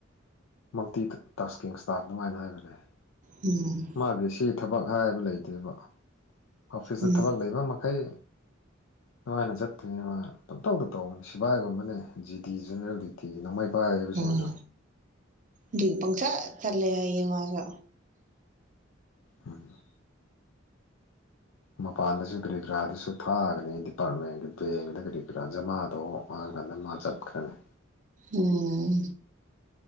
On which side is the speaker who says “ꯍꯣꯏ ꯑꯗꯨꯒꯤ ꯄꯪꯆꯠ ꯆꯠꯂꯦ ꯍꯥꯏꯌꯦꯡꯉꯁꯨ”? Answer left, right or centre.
Right